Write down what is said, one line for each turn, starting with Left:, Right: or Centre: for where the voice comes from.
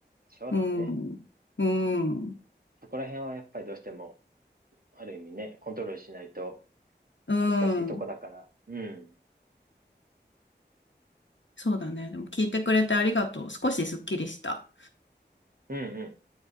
Right: そうだね。
Left: うん。うん。
Right: そこら辺はやっぱりどうしても、ある意味ね、コントロールしないと
Left: うん。
Right: 難しいとこだから。うん、
Left: そうだね。でも聞いてくれてありがとう。少しすっきりした。
Right: うん、うん。